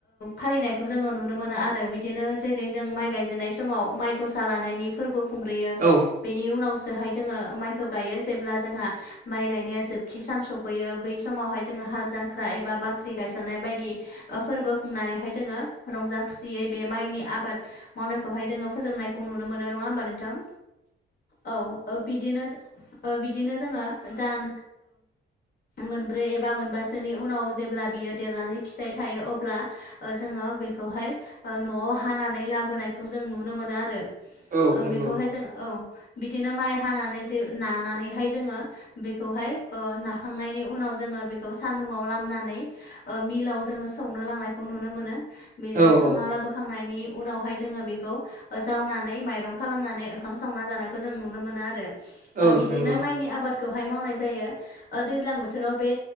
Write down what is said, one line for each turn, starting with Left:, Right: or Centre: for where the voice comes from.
Left: फालिनायखौ जोङो नुनो मोनो आरो बिदिनो जेरै जों माइ गायजेननाय समाव माइ गसा लानायनि फोरबो खुंग्रोयो
Right: औ
Left: बेनि उनावसोहाय जोङो माइ खौ गायो जेब्ला जोंहा माइ गायनाया जोबथि साम सफैयो बै समावहाय जोङो हाल जांख्रा एबा बा फाख्रि गायसननाय बायदि फोरबो खुंनानैहाय जोङो रंजा खुसियै बे माइनि आबाद मावनायखौहाय जोङो फोजोबनायखौ नुनो मोनो नङा होमबा नोंथां
Right: <inaudible>
Left: औ बिदिनो बिदिनो जोङो दान मोनब्रै एबा मोनबासोनि उनाव जेब्ला बियो देरनानै फिथाइ थायो अब्ला ओ जोङो बेखौहाय न'आव हानानै लाबोनायखौ जों नुनो मोनो आरो
Right: औ
Left: ओ
Right: नंगौ
Left: बेखौहाय जों औ बिदिनो माइ हानानै जे नानानैहाय जोङो बेखौहाय ओ नाखांनायनि उनाव जोङो बेखौ सान्दुुंआव लामनानै ओ मिलाव जोङो सौनो लांनायखौ नुनो मोनो बिदिनो
Right: औ
Left: सौना
Right: औ
Left: लाबोखांनायनि उनावहाय जोङो बेखौ जावनानै माइरं खालामनानै ओंखाम संना जानायखौ जों नुनो मोनो आरो।
Right: औ
Left: ओ बिदिनो
Right: नंगौ
Left: माइनि आबाद- खौहाय मावनाय जायो। ओ दैज्लां बोथोराव बे